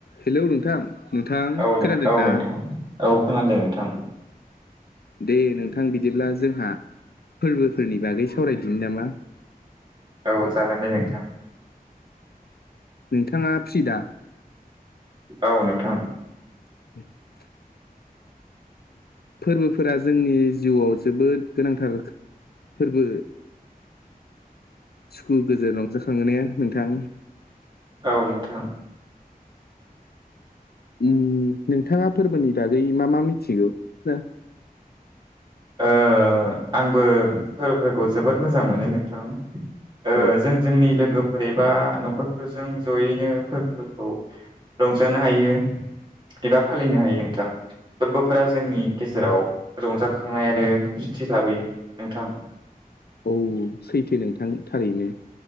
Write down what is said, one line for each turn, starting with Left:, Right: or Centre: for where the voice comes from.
Left: Hello नोंथां नोंथां
Right: औ नों
Left: खोनादों
Right: औ
Left: ना?
Right: नोंथां औ खोनादों नोंथां
Left: दे नोंथां बिदिब्ला जोंहा फोरबोफोरनि बागै सावरायदिनो नामा?
Right: औ जागोन दे नोंथां
Left: नोंथाङा फ्रि दा?
Right: औ नोंथां
Left: <inaudible> फोरबोफोरा जोंनि जिउआव जोबोद गोनांथार फोरबो सुखु गोजोन रंजाखांयो ने नोंथां
Right: औ नोंथां
Left: उम नोंथाङा फोरबोनि बागै मा मा मिथिगौ ना
Right: ओ आंबो फोरबोफोरखौ जोबोद मोजां मोनो नोंथां ओ
Left: औ
Right: जों जोंनि लोगोफोर एबा न'खरफोरजों जयैनो फोरबोफोरखौ रंजानो हायो एबा फालिनो हायो नोंथां फोरबोफोरा जोंनि गेजेराव रंजा खांनाय आरो खौसेथि लाबोयो नोंथां
Left: औ सैथो नोंथां थारैनो